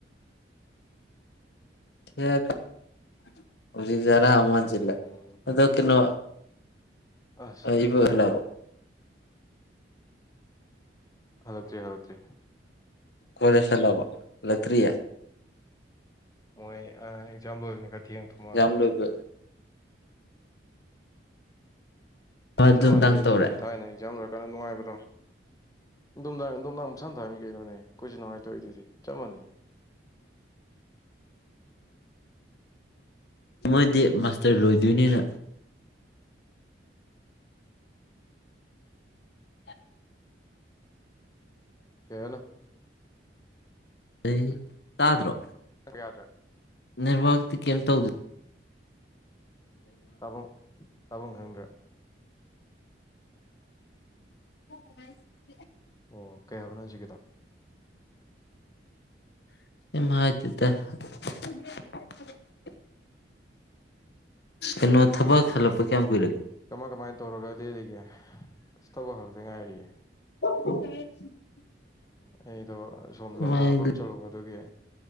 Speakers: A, on the left (about 65°); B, on the left (about 20°).
A: <unintelligible>
B: ꯎꯝ
A: <unintelligible> ꯑꯗꯨꯗ ꯀꯩꯅꯣ <unintelligible>
B: ꯑꯁ ꯍꯜꯂꯛꯇ꯭ꯔꯤ ꯍꯜꯂꯛꯇ꯭ꯔꯤ
A: ꯈꯂꯁꯂꯕ ꯂꯀꯔꯤ
B: ꯍꯣꯏ ꯑꯦꯛꯖꯥꯝ ꯂꯣꯏꯕꯅꯤ ꯈꯔ ꯊꯦꯡ ꯌꯦꯡ ꯊꯣ ꯃꯥꯜꯂꯦ
A: ꯌꯥꯝ ꯂꯣꯏꯕ ꯑꯗꯨ
B: ꯆꯞ ꯃꯥꯟꯅꯅꯦ
A: ꯅꯨꯡꯗꯥꯡ
B: ꯅꯅꯦꯗꯤꯕ
A: ꯇꯧꯔꯦ
B: ꯊꯥꯏꯅ ꯑꯦꯛꯖꯥꯝꯔ ꯀꯩꯅꯣ ꯅꯨꯡꯉꯥꯏꯕꯗꯣ ꯝꯗꯥꯡ ꯅꯨꯡꯗꯥꯡ ꯃꯁꯥꯅ ꯊꯥꯔꯝꯅꯤ ꯀꯩꯅꯣꯅꯦ ꯀꯨꯏꯁꯨ ꯅꯨꯡꯉꯥꯏꯇꯧꯏ ꯑꯗꯨꯗꯤ ꯆꯞ ꯃꯥꯟꯅꯩ
A: ꯃꯣꯏꯗꯤ ꯃꯥꯁꯇꯔ ꯂꯣꯏꯗꯣꯏꯅꯤꯅ ꯎꯝ
B: ꯀꯅ
A: ꯑꯦ ꯇ꯭ꯔꯣ
B: ꯌꯥꯗ꯭ꯔꯥ
A: ꯅꯤꯔꯚꯔꯇꯤ ꯀꯩꯝ ꯇꯧꯗ
B: ꯇꯥꯕ ꯇꯥꯕꯐꯝ ꯈꯪꯗ꯭ꯔ
A: ꯎ
B: ꯑꯣ ꯀꯩ ꯍꯥꯏꯕꯅꯣ ꯍꯧꯖꯤꯛꯀꯤꯗ
A: ꯑꯆꯗꯦ
B: ꯑꯣ
A: ꯩꯅ ꯊꯕꯛ ꯍꯜꯂꯞꯄ ꯀꯌꯥꯝ ꯑꯣꯏꯔꯛ
B: ꯀꯃꯥꯏ ꯀꯃꯥꯏꯅ ꯇꯧꯔꯒ ꯂꯦꯜꯂꯤꯒꯦ ꯁꯇꯕ ꯍꯥꯜ ꯑꯗꯨꯉꯥꯏꯔꯤꯌꯦꯦ
A: ꯍ
B: ꯑꯩꯗꯣ ꯁꯣꯝ ꯂꯝ
A: ꯍꯥꯏ
B: ꯑꯔꯥꯞꯄꯝ ꯆꯠꯂꯨꯕ ꯑꯗꯨꯒꯤ